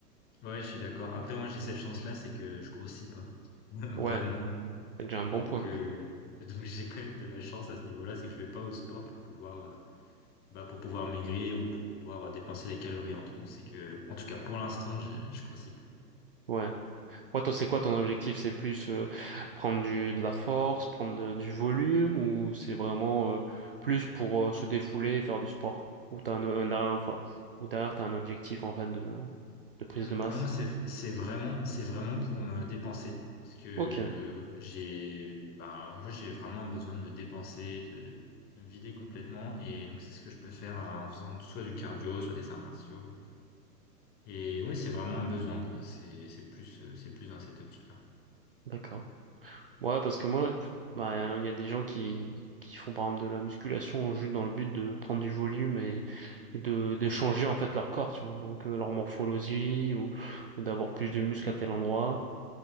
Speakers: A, on the left (about 20°); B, on the right (about 40°).
A: ouais, je suis d'accord. Après, moi, j'ai cette chance-là, c'est que je grossis pas. <laughs> Vraiment.
B: Ouais. c'est déjà un bon
A: Donc,
B: point.
A: euh, <laughs> donc j'ai quand même de la chance à ce niveau-là, c'est que je vais pas au sport pour pouvoir, euh, bah, pour pouvoir maigrir ou pour pouvoir euh, dépenser les calories en trop. C'est que, en tout cas, pour l'instant, je, je grossis pas.
B: Ouais. Ouais, toi, c'est quoi ton objectif? C'est plus euh, prendre du, de la force, prendre de- du volume, ou c'est vraiment euh, plus pour euh, se défouler et faire du sport? Ou t'as un, un derrière, enfin, ou derrière t'as un objectif en fait de, de prise
A: Hmm.
B: de masse?
A: Non, moi, c'est, c'est vraiment, c'est vraiment pour me dépenser. Parce que
B: Ok,
A: j'ai, bah, moi, j'ai vraiment besoin de me dépenser, de, de me vider complètement. Et donc, c'est ce que je peux faire euh, en faisant soit du cardio, soit des arts martiaux. Et ouais, c'est vraiment un besoin, quoi. C'est, c'est plus, euh, c'est plus dans cette optique-là.
B: d'accord. Ouais, parce que moi, bah, hein, il y a des gens qui, qui font par exemple de la musculation juste dans le but de prendre du volume et, et de, de changer en fait leur corps, tu vois. Donc euh, leur morphologie ou, ou d'avoir plus de muscles à tel endroit.